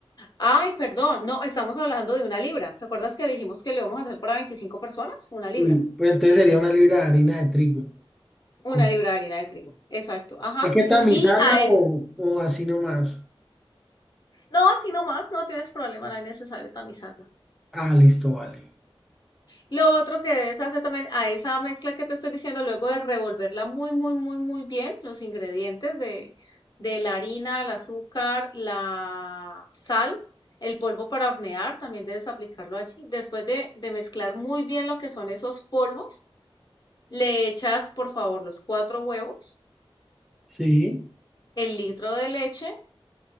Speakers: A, on the left (about 45°); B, in the centre.
A: Ay, perdón, no, estamos hablando de una libra. ¿Te acuerdas que dijimos que lo íbamos a hacer para 25 personas? Una
B: Sí,
A: libra.
B: pero entonces sería una libra de harina de trigo. ¿Cómo?
A: Una libra de harina de trigo. Exacto, ajá.
B: ¿Hay que tamizarla
A: Y a
B: o,
A: es...
B: o así nomás?
A: No, así nomás, no tienes problema, no es necesario tamizarla.
B: Ah, listo, vale.
A: Lo otro que debes hacer también a esa mezcla que te estoy diciendo, luego de revolverla muy, muy, muy, muy bien, los ingredientes de, de la harina, el azúcar, la sal, el polvo para hornear, también debes aplicarlo allí. Después de, de mezclar muy bien lo que son esos polvos, le echas, por favor, los cuatro huevos,
B: Sí,
A: el litro de leche